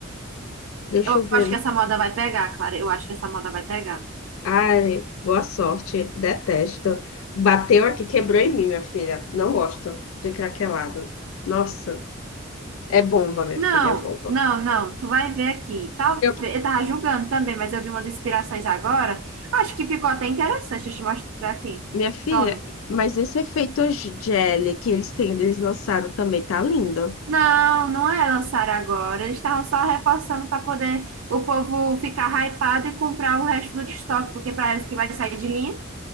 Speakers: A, on the left; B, on the right.
A: Deixa
B: Eu
A: eu ver.
B: acho que essa moda vai pegar, Clara. Eu acho que essa moda vai pegar.
A: Ai, boa sorte. Detesto. Bateu aqui, quebrou em mim, minha filha. Não gosto de craquelado. Nossa, é bomba, minha
B: Não,
A: filha, é bomba.
B: não, não. Tu vai ver aqui. Talvez.
A: Eu-
B: Eu tava julgando também, mas eu vi umas inspirações agora. Acho que ficou até interessante. Deixa eu te mostrar aqui.
A: Minha filha,
B: Tome.
A: mas esse efeito gel que eles têm, eles lançaram também, tá lindo.
B: Não, não é lançar agora. Eles estavam só reforçando para poder o povo ficar hypado e comprar o resto do estoque, porque parece que vai sair de linha.